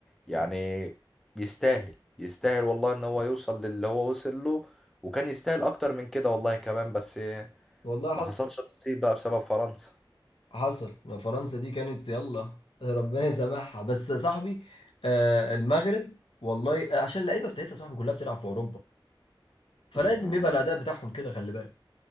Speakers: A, in the centre; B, on the left.
A: يعني يستاهل يستاهل والله ان هو يوصل للي هو وصل له وكان يستاهل اكتر من كده والله كمان بس
B: والله
A: ما
B: حصل
A: حصلش نصيب بقى بسبب فرنسا
B: حصل فرنسا دي كانت يلا ربنا يسامحها بس يا صاحبي آه المغرب والله عشان اللعيبه بتاعتها يا صاحبي كلها بتلعب في اوروبا فلازم
A: مم.
B: يبقى الاداء بتاعهم كده خلي بالك